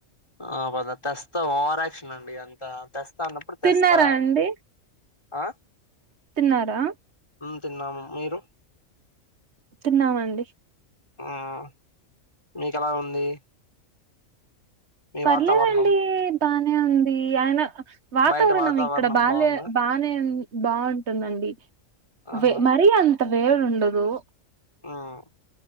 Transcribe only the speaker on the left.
ఆహ్ బదా తెస్తా ఓవరాక్షన్ అండి అంత తేస్. తెస్తా అన్నప్పుడు తెస్తా
ఆహ్
తిన్నాము మీరు.
ఆహ్ మీకు ఎలా ఉంది. మీ
వాతావరణం
బయట
బాగుందా
ఆహా
ఆహ్.